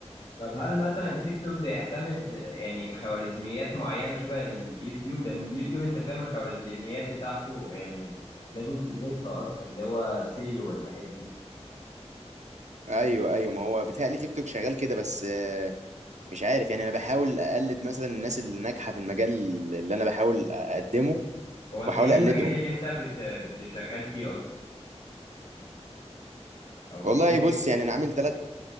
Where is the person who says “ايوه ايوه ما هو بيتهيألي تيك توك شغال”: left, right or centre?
Right